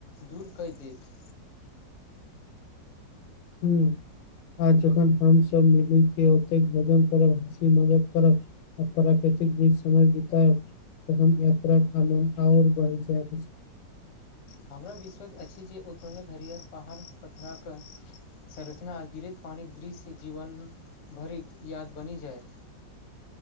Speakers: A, on the left; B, on the left.
A: दूर करि देत
B: हूंम्म आ जखन हमस मिली के ओते भजन करब हँसी मजाक करब आ प्राकृतिक बीच समय बितायब तहन यात्राक आनन्द आओर बढ़ि जाइत अछि
A: हमरा विश्वस अछि जे ओतौक हरियर पहाड़ पथरा कऽ संरचना आ गिरित पानिक दृश्य जीवन भरिक याद बनि जायत